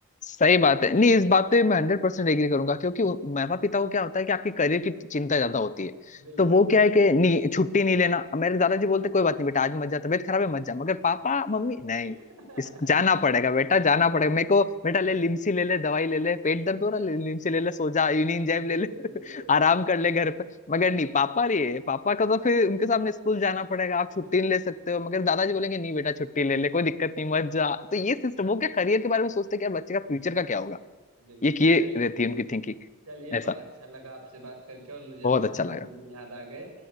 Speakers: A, on the left (about 35°); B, on the right (about 85°).
A: सही बात है नहीं इस बात पे मैं हंड्रेड परसेंट एग्री करूंगा क्योंकि माता पिता को क्या होता है कि आपके करियर की चिंता ज्यादा होती है
B: बिल्कुल
A: तो वो क्या है कि नहीं छुट्टी नहीं लेना मेरे दादाजी बोलते कोई बात नहीं बेटा आज मत जा तबीयत खराब है मत जा मगर पापा मम्मी नहीं
B: <laughs>
A: इस जाना पड़ेगा बेटा जाना पड़ेगा मेरे को बेटा ले लिमसी ले ले दवाई ले ले पेट दर्द हो
B: बिल्कुल
A: रहा ले लिमसी ले ले सो जा यूनियन जैब
B: बिल्कुल
A: ले ले <laughs> आराम कर ले घर मगर नहीं
B: बिल,
A: पापा लिए पापा का तो फिर उनके सामने स्कूल जाना पड़ेगा आप छुट्टी
B: बिल,
A: नहीं ले सकते हो मगर दादाजी बोलेंगे नहीं बेटा छुट्टी ले ले कोई दिक्कत नहीं मत जा तो ये सिस्टम वो क्या करियर के बारे में सोचते हैं कि यार बच्चे का फ्यूचर का क्या होगा
B: बिल्कुल
A: ये किए
B: चलिए
A: रहती है उनकी थिंकिंग
B: चलिए
A: ऐसा
B: बड़ा अच्छा लगा आपसे बात करके और मुझे अपने
A: बहुत अच्छा
B: पुराने
A: लगा
B: दिन याद आ गए